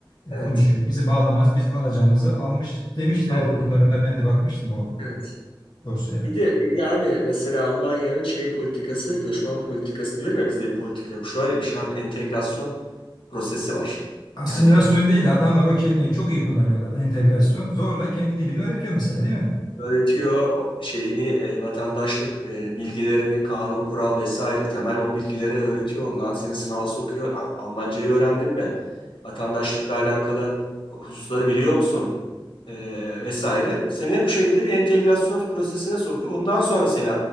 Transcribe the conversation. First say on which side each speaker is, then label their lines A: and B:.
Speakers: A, on the left; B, on the left.
A: e,
B: Evet.
A: konuşuyor. Bizi bağlamaz, biz alacağımızı almış demişti.
B: Aldık.
A: Evet, anılarına ben de bakmıştım o
B: Evet.
A: dosyaya.
B: Bir de, bir de abi mesela Almanya'nın şey politikası, göçmen politikası diyorum ya bizde bir politika yok. Şöyle bir şey abi entegrasyon prosesi var.
A: Asimilasyon
B: Yani
A: değil de adamlar o kelimeyi çok iyi kullanıyorlar. Entegrasyon zorla kendi dilini öğretiyor mesela değil mi?
B: öğretiyor şeyini e, vatandaşlık e, bilgilerini, kanun, kural vesaire temel o bilgilere öğretiyor. Ondan seni sınava sokuyor. Al- Almancayı öğrendin mi? Vatandaşlıkla alakalı hususları biliyor musun? E, vesaire. Seni bu şekilde bir entegrasyon prosesine sokuyor. Ondan sonra seni